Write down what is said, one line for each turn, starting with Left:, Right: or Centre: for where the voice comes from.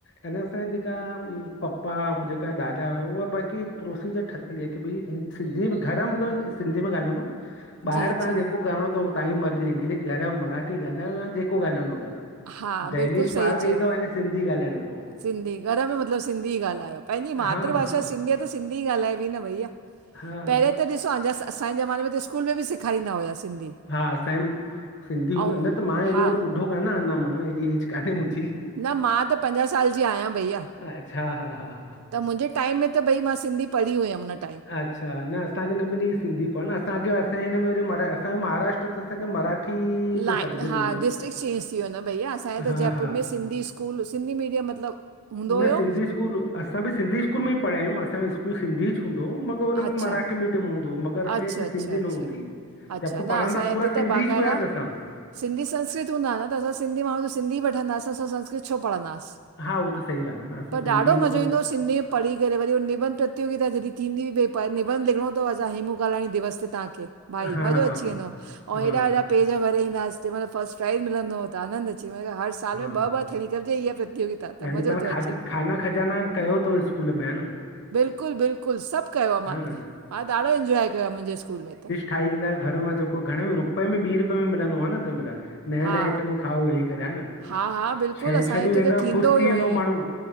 Left: हिनसां जेका पपा जेका ॾाॾा हुआ उहा बाक़ी प्रोसीज़र ठतो ठयल आहे की भई सिंधी घर में सिंधी में ॻाल्हाईंदाव, ॿाहिरि
Right: जी
Left: तव्हां
Right: जी
Left: जेको करणो तव तव्हांजी मर्जी इंग्लिश ॻाल्हायो, मराठी ॻाल्हायो या जेको ॻाल्हायणो तव ॻाल्हयो
Right: हा
Left: दहलीज
Right: बिल्कुलु सही
Left: पार
Right: चयो
Left: कई तव याने सिंधी ॻाल्हायणो
Right: सिंधी, घर में मतलबु सिंधी ही ॻाल्हायो पंहिंजी
Left: हा
Right: मातृभाषा
Left: हा
Right: सिंधी आ त सिंधी ॻाल्हाए बी न भईया,
Left: हा
Right: पहिरें त ॾिस तव्हांजा असांजे ज़माने में त स्कूल में बि सेखारींदा हुआ सिंधी।
Left: हा असांजे सिंधी हुई
Right: ऐं
Left: न न त मां एॾो
Right: हा
Left: वॾो ॿुढो कान आयां अञा मां, एॾी एज कान्हे मुंहिंजी।
Right: न मां त पंजाहु साल जी आहियां भईया।
Left: अच्छा हा हा हा
Right: त मुंहिंजे टाइम में त भई मां सिंधी पढ़ी हुयमि न।
Left: अच्छा न असांखे न मिली सिंधी पर न असांखे असांजे हिन में वरी असांजो महाराष्ट्र त असांखे मराठी
Right: लाइन
Left: जो सब्जेक्ट
Right: हा
Left: मिलियो
Right: डिस्ट्रिक्ट चेंज थी वियो न भैया असांजे
Left: हा
Right: त जयपुर
Left: हा
Right: में Sindhi school school Sindhi medium मतिलबु हूंदो
Left: न
Right: हुयो
Left: सिंधी स्कूल असां बि सिंधी स्कूल में ई पढ़िया आहियूं असांजो स्कूल सिंधी ही हूंदो हो मगर हुन
Right: अच्छा
Left: में मराठी मीडियम हूंदो हो, मगरि असांजे
Right: अच्छा
Left: हिते
Right: अच्छा
Left: सिधी
Right: अच्छा
Left: न हूंदीई।
Right: अच्छा
Left: जबकि
Right: न
Left: पढ़ंदा
Right: असांजे हिते
Left: पूरो सिंधी
Right: त बाक़ाइदा
Left: हुआस असां।
Right: सिंधी संस्कृत हूंदा न त असां सिंधी माण्हूं त सिंधी वठंदासि, असां संस्कृत छो पढ़ंदास?
Left: हा उहो त सही ॻाल्हि आहे न असां
Right: पर
Left: सिंधी
Right: ॾाढो
Left: आहियूं
Right: मज़ो
Left: त पाण
Right: ईंदो हुयो सिंधी पढ़ी करे वरी हो निबंध प्रतियोगिता जॾहिं थींदी हुई भई निबंध लिखणो तव अच्छा हेमू कालाणी दिवस ते तव्हांखे भाई
Left: हा
Right: मज़ो अची
Left: हा
Right: वेंदो हो, अउं
Left: हा
Right: हेॾा हेॾा
Left: हा
Right: पेज भरे ईंदासीं जंहिं महिल फस्टप्राइज़ मिलंदो हो त आनंद अची वेंदो त हर साल
Left: हा
Right: में ॿ ॿार थियणी खपिजे इहा प्रतियोगिता त
Left: यानी
Right: मज़ो
Left: तव्हां
Right: थो
Left: खाज
Right: अचे। पियो
Left: खाना खजाना कयो तव स्कूल में हा न
Right: बिल्कुलु बिल्कुलु सभु कयो आ
Left: हा
Right: मां,
Left: न
Right: मां ॾाढो इंजॉय कयो आ मुंहिंजे स्कूल में त।
Left: ठाए ईंदास घर मां जेको घणे में रुपए में ॿी रुपए में मिलंदो हुओ न तंहिं महिल? नया
Right: हा
Left: नया आइटम खाओ वेही करे हा न।
Right: हा हा बिल्कुलु
Left: छंछरूं
Right: असांजे हुते
Left: रहंदा
Right: त थींदो
Left: ख़ुशि
Right: हुयो
Left: थी वेंदो
Right: ईअं‌।
Left: माण्हू